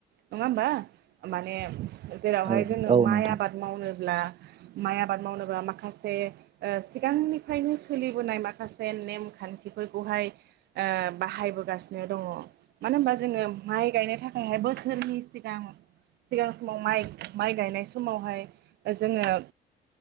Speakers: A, on the right; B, on the right.
A: नङा होमबा माने जेरावहाय
B: औ
A: जोङो
B: औ
A: माइ
B: नोंथां
A: आबाद मावनो ब्ला माइ आबाद मावनोबा माखासे सिगांनिफ्रायनो सोलिबोनाय माखासे नेम खान्थिफोरखौहाय बाहायबोगासिनो दङ मानो होनबा जोङो माइ गायनो थाखायहाय बोसोरनि सिगां सिगां समाव माइ गायनाय स समावहाय जोङो